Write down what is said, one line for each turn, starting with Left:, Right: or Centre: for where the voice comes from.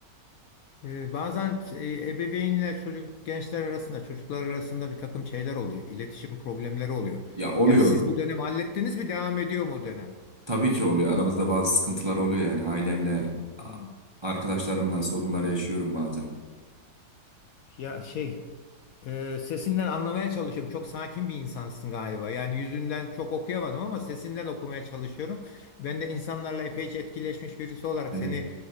Left: Ee, Bazen e, ebeveynle çocuk gençler arasında çocuklar arasında bir takım şeyler oluyor. İletişim problemleri oluyor.
Right: Ya oluyor
Left: Yani siz bu dönem hallettiniz mi devam ediyor mu o dönem?
Right: tabii ki oluyor aramızda bazı sıkıntılar oluyor yani ailemle a-
Left: Hmm.
Right: arkadaşlarımla sorunlar yaşıyorum bazen.
Left: Ya şey Ee, sesinden anlamaya çalışıyorum. Çok sakin bir insansın galiba. Yani yüzünden çok okuyamadım ama sesinden okumaya çalışıyorum. Ben de insanlarla epeyce etkileşmiş birisi olarak
Right: Evet.
Left: seni